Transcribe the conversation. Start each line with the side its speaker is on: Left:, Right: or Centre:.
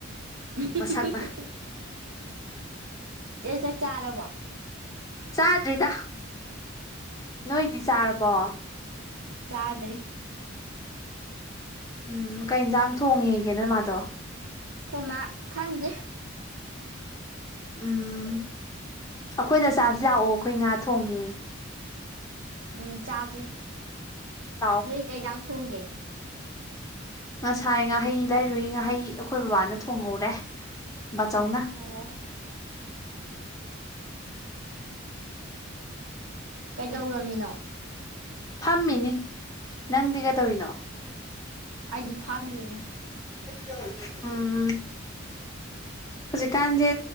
Right: <unintelligible>
Left: ꯃꯁꯛꯅ
Right: ꯆꯦ ꯆꯥꯛ ꯆꯥꯔꯕꯣ
Left: ꯆꯥꯗ꯭ꯔꯤꯗ ꯅꯣꯏꯗꯤ ꯆꯥꯔꯕꯣ
Right: ꯆꯥꯗ꯭ꯔꯤ
Left: ꯎꯝ ꯀꯩ ꯌꯦꯟꯁꯥꯡ ꯊꯣꯡꯉꯦꯒꯦ ꯅꯣꯏ ꯃꯥꯗꯣ
Right: ꯈꯣꯏꯃꯥ ꯈꯪꯗꯦ
Left: ꯎꯝ ꯑꯩꯈꯣꯏꯗ ꯆꯥꯖꯦ ꯂꯥꯛꯑꯣ ꯑꯩꯈꯣꯏ ꯉꯥ ꯊꯣꯡꯉꯤ
Right: ꯎꯝ ꯆꯥꯖꯤ
Left: ꯂꯥꯛꯑꯣ
Right: ꯅꯣꯏ ꯀꯩ ꯏꯟꯖꯥꯡ ꯊꯣꯡꯒꯦ
Left: ꯉꯁꯥꯏ ꯉꯥꯍꯩ ꯂꯩꯔꯨꯏ ꯉꯥꯍꯩ ꯑꯩꯈꯣꯏ ꯕꯕꯥꯅ ꯊꯣꯡꯍꯧꯔꯦ ꯕꯥꯆꯧꯅ
Right: ꯑꯣ ꯀꯩꯗꯧꯔꯝꯃꯤꯅꯣ
Left: ꯐꯝꯃꯤꯅꯤ ꯅꯪꯗꯤ ꯀꯩꯗꯧꯔꯤꯅꯣ
Right: ꯑꯩꯁꯨ ꯐꯝꯃꯤꯅꯦ
Left: <unintelligible> ꯎꯝ ꯍꯧꯖꯤꯛꯀꯥꯟꯁꯦ